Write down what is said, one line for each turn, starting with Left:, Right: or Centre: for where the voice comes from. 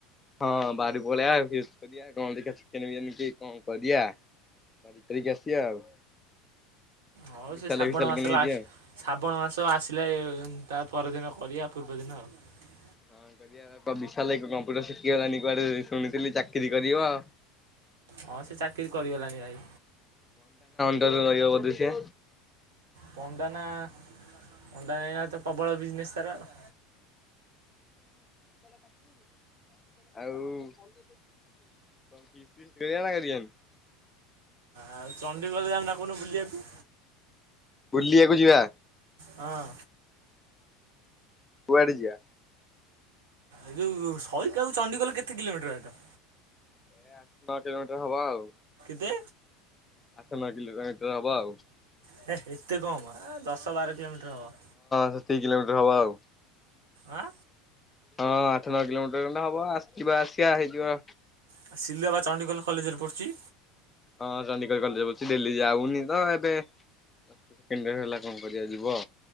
Left: ହଁ ବାହାରକୁ ପଳେଇଆ ଫିଷ୍ଟ କରିଆ କଣ ଦେଖିବା ଚିକେନ ବିରିୟାନି କି କଣ କରିଆ କରି କାରିକି ଆସିବା ଆଉ। <inaudible>
Right: ହଉ
Left: ବିଶାଲ
Right: ସେ ଶ୍ରାବଣ
Left: ଭାଇ ଫିଶାଲ
Right: ମାସ
Left: କି ନେଇଯିବା
Right: ଲାଷ୍ଟ
Left: ଆଉ।
Right: ଶ୍ରାବଣ ମାସ ଆସିଲେ ତା ପରଦିନ କରିବା ପୂର୍ବଦିନ ଆଉ।
Left: ହଁ କରିବା ଙ୍କ ବିଶାଲ ଭାଈ କମ୍ପ୍ୟୁଟର ଶିଖିଗଲାଣି କୁଆଡେ ଶୁଣିଥିଲି ଚାକିରି କରିବ।
Right: ହଁ ସେ ଚାକିରି କରିଗଲାଣି ଭାଇ।
Left: ଖରେ ରହିବ ବଧେ ସିଏ?
Right: ପଣ୍ଡା ନା ଅଣ୍ଡା ନା ଏଇନା ତ ପ୍ରବଳ ବିଜନେସ୍ ତାର ଆଉ।
Left: ଆଉ। <unintelligible>
Right: ଆଉ ଚଣ୍ଡିଖୋଲ ଯାଉନ କଉଦିନ ବୁଲିବାକୁ।
Left: ବୁଲିବାକୁ ଯିବା?
Right: ହଁ।
Left: କୁଆଡେ ଯିବା?
Right: ଏଇ ଯୋଉ ସଇକା କୁ ଚଣ୍ଡିଖୋଲ କେତେ କିଲୋମିଟର ବାଟ?
Left: ଏ ଆଠ ନଅ କିଲୋମିଟର ହବ ଆଉ।
Right: ତେ?
Left: ଆଠ ନ କିଲୋମିଟର ହବ ଆଉ।
Right: ହେ ଏତେ କମ ଆ ଦଶ ବାର କିଲୋମିଟର ହବ।
Left: ସେତିକି କିଲୋମିଟର ହଁ ଆଉ।
Right: ଆଁ।
Left: ହଁ ଆଠ ନଅ କିଲୋମିଟର ଖଣ୍ଡେ ହବ ଆସ ଯିବା ଆସିବା ହେଇଯିବ।
Right: ଆଉ ସିଲୁ ବା ଚଣ୍ଡିଖୋଲ କଲେଜରେ ପଢ଼ୁଛି?
Left: ହଁ ଚଣ୍ଡୀଖୋଲ କଲେଜ ରେ ପଢ଼ୁଚି ଡେଲି ଯାଉନି ତ ଏବେ ସେକେଣ୍ଡିୟର ହେଲା କଣ କରିବା ଯିବ।